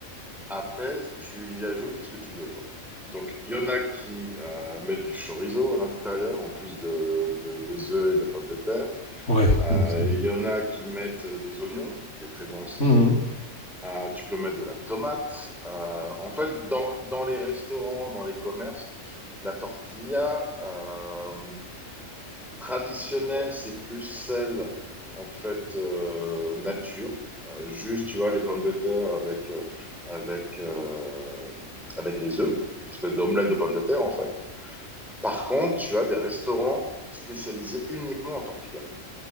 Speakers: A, in the centre; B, on the left.
A: après, tu y ajoutes ce que tu veux, quoi. Donc, il y en a qui euh, mettent du chorizo à l'intérieur, en plus de, de- des œufs et de la pomme de terre.
B: Ouais.
A: Euh,
B: bon, c'est-
A: Il y en a qui mettent des oignons, qui est très bon aussi.
B: Mhm.
A: Euh, tu peux mettre de la tomate. Euh, en fait, dans, dans les restaurants, dans les commerces, la tortilla euh, traditionnelle, c'est plus celle en fait euh, nature. Euh, juste, tu vois, les pommes de terre avec euh, avec euh, avec les œufs, une espèce d'omelette de pommes de terre en fait. Par contre, tu as des restaurants spécialisés uniquement en tortilla.